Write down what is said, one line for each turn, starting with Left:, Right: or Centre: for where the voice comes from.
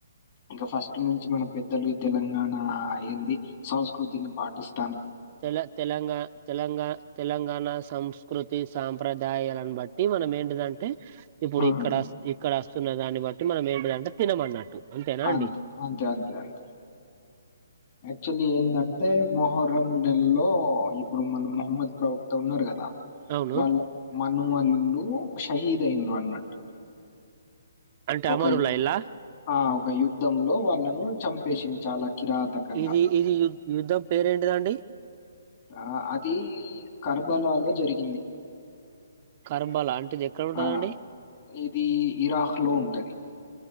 Left: ఇంకా ఫస్ట్ నుంచి మన పెద్దలు తెలంగాణ ఏంది సంస్కృతిని పాటిస్త
Right: తెల తెలంగా తెలంగా తెలంగాణ సంస్కృతి సాంప్రదాయాలను బట్టి మనం ఏంటిదంటే ఇప్పుడు
Left: హ్మ్.
Right: ఇక్కడ రా ఇక్కడ వస్తున్న దాన్ని బట్టి మనం ఏంటిదంటే తినమన్నట్టు అంతేనా
Left: అంతే
Right: అండి
Left: అంతే అంతే అంతే యాక్చువల్లీ ఏందంటే మొహర్రం నెలలో ఇప్పుడు మన మహమ్మద్ ప్రవక్త ఉన్నారు కదా
Right: అవును
Left: వాళ్ళ మనుమలు షహీద్ అయిను అన్నట్టు
Right: అంటే
Left: ఒక
Right: అమరులా ఇలా
Left: ఆ ఒక యుద్ధంలో వాళ్ళను చంపేసి చాలా కిరాతకంగా
Right: ఇది ఇది యు యుద్ధం పేరేంటిదండి
Left: ఆ అది కర్బలాలో జరిగి
Right: కరబల్ అంటిది ఎక్కడ ఉంటదండి
Left: ఆ! ఇది ఇరాక్ లో ఉంటది